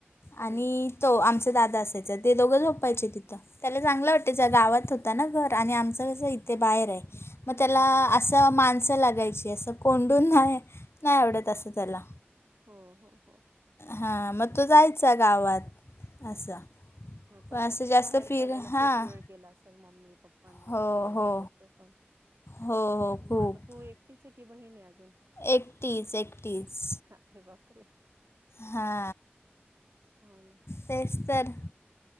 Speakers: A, on the right; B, on the left.
A: हम्म
B: आणि तो आमच्या दादा असायचा चल ते दोघं झोपायचे तिथं त्याला चांगलं वाटायचं गावात होता ना घर आणि आमचं कसं इथे बाहेर आहे मग
A: हम्म
B: त्याला
A: हम्म
B: असं माणसं लागायची असं कोंडून नाही नाही आवडत असं त्याला
A: हो हो
B: हा मग तो जायचा गावात असं
A: हो पण यातून
B: असं जास्त
A: बाहेर
B: फिर
A: पडायला
B: हां
A: खूप वेळ गेला असेल मम्मी पप्पांना
B: हो
A: तुम्हाला
B: हो
A: ह्या गोष्टीतून
B: हो हो
A: मग
B: खूप
A: आता तू एकटीच बहीण आहे अजून
B: एकटीच एकटीच
A: अरे बाप तरे
B: हा
A: ना
B: तेच तर